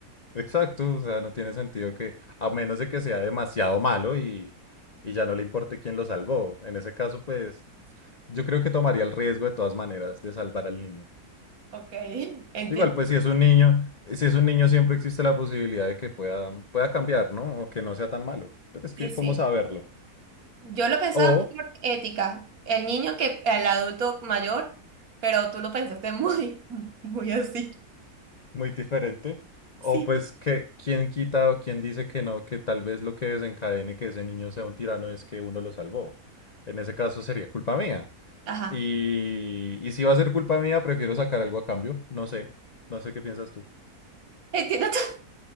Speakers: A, on the left; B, on the right.
A: Exacto, o sea, no tiene sentido que, a menos de que sea demasiado malo y, y ya no le importe quién lo salvó. En ese caso, pues, yo creo que tomaría el riesgo de todas maneras de salvar al niño.
B: Ok, <laughs>
A: Igual,
B: entiendo.
A: pues, si es un niño, si es un niño, siempre existe la posibilidad de que pueda, pueda cambiar, ¿no? O que no sea tan malo. Pero es que,
B: Sí, sí.
A: ¿cómo saberlo?
B: Yo lo pensaba
A: O
B: más por ética, el niño que el adulto mayor, pero tú lo pensaste <laughs> muy, muy así.
A: muy diferente. O
B: Sí.
A: pues que quién quita o quién dice que no, que tal vez lo que desencadene que ese niño sea un tirano es que uno lo salvó. En ese caso sería culpa mía.
B: Ajá.
A: Y, y si va a ser culpa mía, prefiero sacar algo a cambio. No sé, no sé qué piensas tú.
B: Entiendo tu,